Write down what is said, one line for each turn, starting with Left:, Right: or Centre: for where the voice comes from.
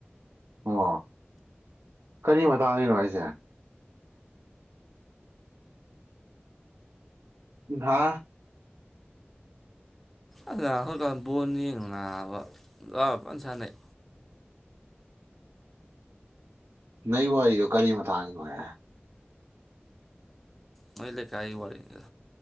Right: ꯑꯣ ꯀꯔꯤ ꯃꯇꯥꯡꯒꯤꯅꯣ ꯍꯥꯏꯁꯦ ꯍꯥ
Centre: ꯑꯗꯨꯈꯣꯏꯀꯥꯟꯗ ꯕꯣꯅꯤ ꯌꯦꯡ ꯅꯥꯅꯕ ꯂ ꯐ ꯁꯥꯟꯅꯩ
Right: ꯅꯣꯏ ꯋꯥꯥꯏꯗꯨ ꯀꯔꯤ ꯃꯥꯛꯒꯤꯅꯣꯍꯦ
Centre: ꯅꯣꯏ ꯂꯩ ꯀꯥꯏ ꯋꯥꯔꯤꯅꯤꯗ